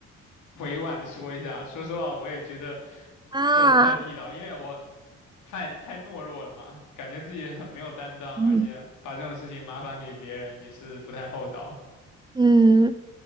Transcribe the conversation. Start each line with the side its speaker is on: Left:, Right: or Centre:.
Left: 委婉的说一下，说实话，我也觉得。
Right: 啊，
Left: 做的不太地道，因为我太太懦弱了嘛，感觉自己很没有担当，
Right: 嗯
Left: 而且把这种事情麻烦给别人也是不太厚道。
Right: 嗯，